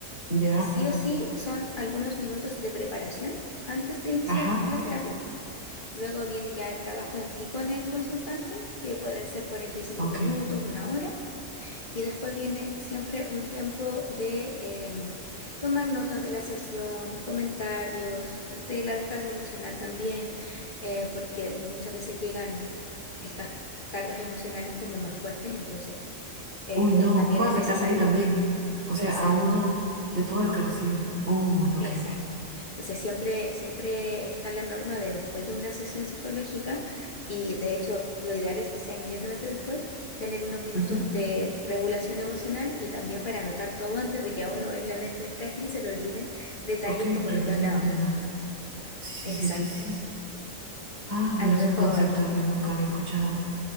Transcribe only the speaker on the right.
Ya.
Ajá,
ok.
Uy, no,
puede
afectarte
a ti también. O sea,
a uno de todo lo que recibe. Uy, ok.
Ujú,
Ok,
regulación
emocional. Sí, sí,
sí, sí, sí. sí. Ah, bueno,
es
un concepto que nunca había escuchado.